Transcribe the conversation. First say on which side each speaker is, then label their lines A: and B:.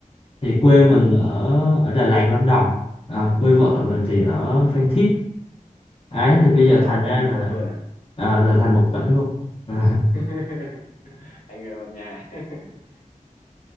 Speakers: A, on the left; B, on the left.
A: thì quê
B: Ừ,
A: mình ở ở Đà Lạt Lâm Đồng à, quê vợ mình thì ở Phan Thiết ấy
B: ừ.
A: thì bây
B: Thế bây
A: giờ
B: giờ
A: thành
B: thành
A: ra là
B: một luôn à?
A: à, là thành một tỉnh luôn <laughs>
B: <laughs> Thành người một nhà. <laughs>